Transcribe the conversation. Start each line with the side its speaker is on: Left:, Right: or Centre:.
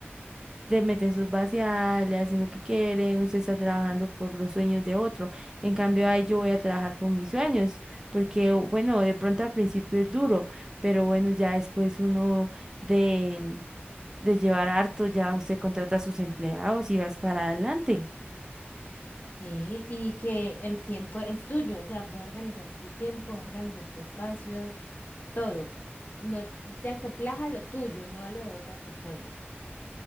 Right: le meten sus vaciadas, le hacen lo que quieren, usted está trabajando por los sueños de otro. En cambio, ahí yo voy a trabajar por mis sueños, porque o- bueno, de pronto al principio es duro, pero bueno, ya después uno de, de llevar harto, ya usted contrata a sus empleados y vas para adelante.
Left: Sí, y que el tiempo es tuyo, o sea, vos organizas tu tiempo, organizas tu espacio, todo. No te acoplas a lo tuyo, no a lo de otra persona